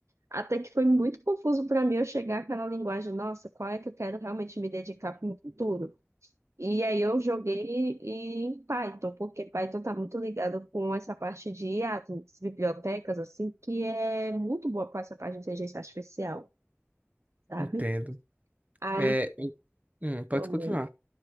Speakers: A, on the right; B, on the right.
A: Até que foi muito confuso para mim eu chegar àquela linguagem, nossa, qual é que eu quero realmente me dedicar para o futuro? E aí eu joguei em Python, porque Python está muito ligado com essa parte de IA, das bibliotecas, assim, que é muito boa para essa parte de inteligência artificial, sabe?
B: Entendo.
A: Aí
B: É, e- hum, pode
A: foi.
B: continuar.